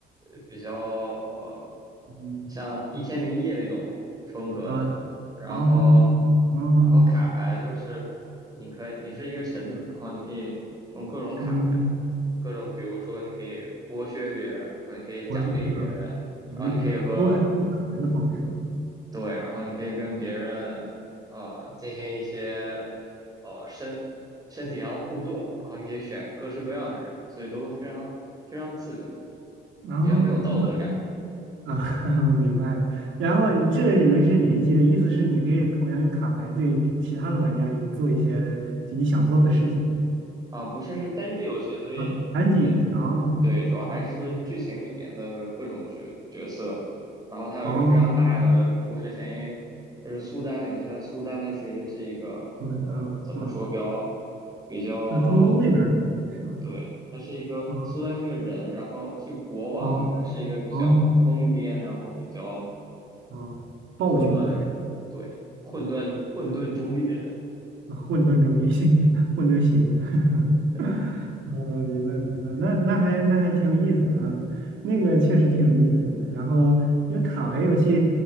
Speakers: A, on the right; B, on the right.
A: 呃比较呃
B: 嗯
A: 像一千零一夜那种风格的，
B: 啊，
A: 然后
B: 哦，嗯
A: 然后卡牌就是你可以你是一个臣子，然后你可以用各种卡牌，
B: 嗯。
A: 各种比如说你可以剥削别人，然后你可以奖励别人，
B: 活曲饼啊、卷饼饼啊，
A: 然后你可以和
B: 都是做卡牌的方式啊。
A: 对，然后你可以跟别人呃进行一些呃身身体上的互动，然后你可以选各式各样的人，所以都非常非常自由，
B: 哦，
A: 比较没有道德感。
B: 啊，<laughs> 我明白了。然后你这个游戏是联机的，意思是你可以同样用卡牌对其他的玩家也做一些就你想做的事情
A: 啊，不是，是单机游戏，所以你
B: 啊。单机游戏啊，
A: 对，主要还是剧情里面的各种角角色，
B: 啊，
A: 然后它有一个非常大的故事线，
B: 哦，
A: 因为它是苏丹游戏，但苏丹它其实是一个呃，
B: 好的，嗯嗯，
A: 怎么说，比较比较，
B: 像中东那边儿的是吧？
A: 对，他是一个苏丹是个人，
B: 啊，
A: 然后是个国王，
B: 哦哦
A: 然后他是一个比较疯癫，然后比较
B: 哦，暴君。
A: 混乱的人，对，混沌混沌中立的人，
B: 混沌中立，<laughs> 混沌邪恶。<laughs>
A: 对，
B: 嗯，明白明白，那那还那还挺有意思啊，那个确实挺有意思的。然后因为卡牌游戏